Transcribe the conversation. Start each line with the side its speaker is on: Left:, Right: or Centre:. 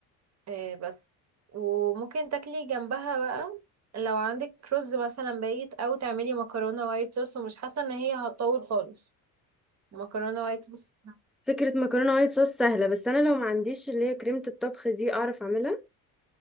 Right: آه، بس وممكن تاكلي جنبها بقى لو عندك رز مثلا بايت او تعملي مكرونه وايت صوص ومش حاسه ان هي هتطول خالص مكرونه وايت صوص
Centre: فكره مكرونه وايت صوص سهله بس انا لو ما عنديش اللي هي كريمه الطبخ دي اعرف اعملها